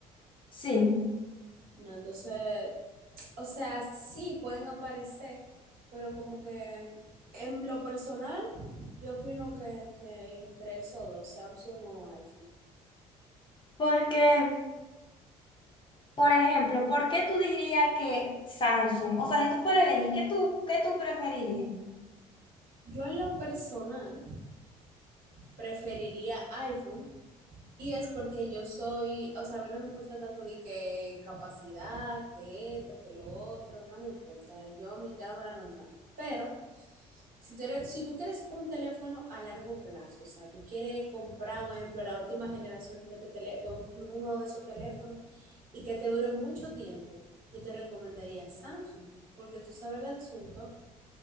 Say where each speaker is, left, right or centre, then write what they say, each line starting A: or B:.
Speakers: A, on the left; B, on the right.
A: Sí,
B: no, entonces O sea, sí pueden aparecer, pero como que en lo personal, yo opino que, que entre esos dos, Samsung o iPhone.
A: porque Por ejemplo, ¿por qué tú dirías que Samsung? O sea, si tú fueras a elegir, ¿qué tú, qué tú preferirías?
B: Yo en lo personal preferiría iPhone Y es porque yo soy, o sea, a mí no me importa tanto de que capacidad, que esto, que lo otro, no me importa. Yo, mi cámara normal. Pero si tú, eres- si tú quieres un teléfono a largo plazo, o sea, tú quieres comprar, por ejemplo, la última generación de, este tele- de un- uno de esos teléfonos y que te dure mucho tiempo, yo te recomendaría Samsung, porque tú sabes el asunto